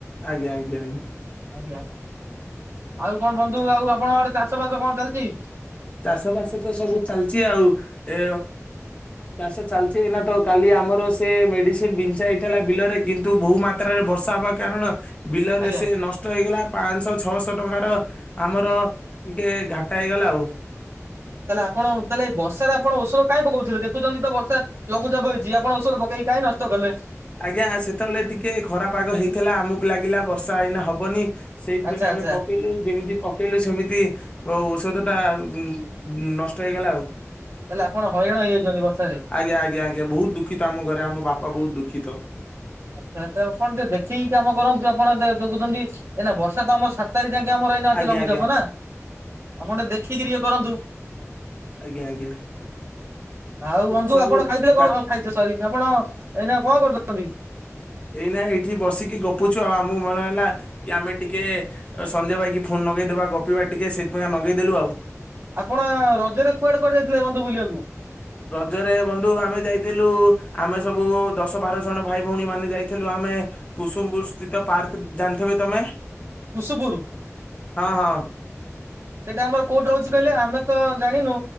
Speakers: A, on the left; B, on the right.
A: ଆଜ୍ଞା ଆଜ୍ଞା ଆଜ୍ଞା।
B: ଆଜ୍ଞା। ଆଉ କଣ ବନ୍ଧୁ ଆଉ ଆପଣଙ୍କ ଆଡେ ଚାଷ ବାସ କଣ ଚାଲିଚି?
A: ଚାଷ ବାସ ତ ସବୁ ଚାଲିଛି ଆଉ। ଏ ଚାଷ ଚାଲିଚି ଏଇନା ତ କାଲି ଆମର ସେ ମେଡିସିନ ବିଛା ହେଇଥିଲା ବିଲରେ କିନ୍ତୁ ବହୁ ମାତ୍ରାରେ ବର୍ଷା ହବା କାରଣ ବିଲରେ
B: ଆଜ୍ଞା
A: ସେ ନଷ୍ଟ ହେଇଗଲା ପାଞ୍ଚଶହ ଛଅଶହ ଟଙ୍କାର ଆମର ଟିକେ ଘାଟା ହେଇଗଲା ଆଉ।
B: ତାହେଲେ ଆପଣ ତାହେଲେ ଏ ବର୍ଷାରେ ଆପଣଔଷଧ କାଇଁ ପକଉଥିଲେ। ଦେଖୁଛନ୍ତି ତ ବର୍ଷା ଲଘୁଚାପ ହେଇଛି ଆପଣ ଔଷଧ ପକେଇ କାହିଁ ନଷ୍ଟ କଲେ।
A: ଆଜ୍ଞା। ସେତେବେଳେ ଟିକେ ଖରା ପାଗ ହେଇଥିଲା। ଆମକୁ ଲାଗିଲା ବର୍ଷା ଏଇନା ହବନି। ସେଇଥିପାଇଁ
B: ଆଚ୍ଛା
A: କା
B: ଆଚ୍ଛା
A: ଆମେ ପକେଇଲୁ ଯେମିତି ପକେଇଲୁ ସେମିତି ଔଷଧ ଟା ଉ ନଷ୍ଟ ହେଇଗଲା ଆଉ।
B: ତାହେଲେ ଆପଣ ହଇରାଣ ହେଇଯାଇଛନ୍ତି ବର୍ଷାରେ।
A: ଆଜ୍ଞା ଆଜ୍ଞା ଆଜ୍ଞା। ବହୁତ ଦୁଃଖିତ ଆମ ଘରେ ଆମ ବାପା ବୋଉ ଦୁଃଖିତ।
B: ଆଚ୍ଛା ଆଚ୍ଛା। ଆପଣ ଟିକେ ଦେଖିକି କାମ କରନ୍ତୁ। ଆପଣ ଦେଖୁଛନ୍ତି ଏ ବର୍ଷା ତ ଆମର ସାତ ତାରିଖ ଯା ଆମର ଏଇନା ଅଛି
A: ଆଜ୍ଞା
B: ଲଘୁଚାପ
A: ଆଜ୍ଞା।
B: ନା। ଆପଣ ଟିକେ ଦେଖିକିରି ଇଏ କରନ୍ତୁ।
A: ଆଜ୍ଞା ଆଜ୍ଞା
B: ଆଉ ବନ୍ଧୁ
A: ସବୁ
B: ଆପଣ ଖାଇଥିଲେ
A: ଗା
B: କଣ? ଖାଇଥିଲେ। <unintelligible> ଆପଣ ଏଇନା କଣ କରୁଛନ୍ତି?
A: ଏଇନା ଏଇଠି ବସିକି ଗପୁଚୁ ଆଉ। ଆମକୁ ମନେ ହେଲା କି ଆମେ ଟିକେ ସଞ୍ଜୟ ଭାଇକି ଫୋନ ନଗେଇଦବା ଗପିବା ଟିକେ। ସେଥିପାଇଁ ନଗେଇଦେଲୁ ଆଉ।
B: ଆପଣ ରଜରେ କୁଆଡେ କୁଆଡେ ଯାଇଥିଲେ ବନ୍ଧୁ ବୁଲିବାକୁ
A: ରଜରେ ବନ୍ଧୁ ଆମେ ଯାଇଥିଲୁ ଆମେ ସବୁ ଦଶ ବାର ଜଣ ଭାଇ ଭଉଣୀ ମାନେ ଯାଇ ଥିଲୁ ଆମେ କୁସୁମପୁର ସ୍ଥିତ ପାର୍କ ଜାଣିଥିବେ ତମେ?
B: ପସୁପରୁ।
A: ହଁ ହଁ।
B: ସେଇଟା ଆମର କୋଉଠି ରହୁଛି କହିଲେ ଆମେ ତ ଜାଣିନୁ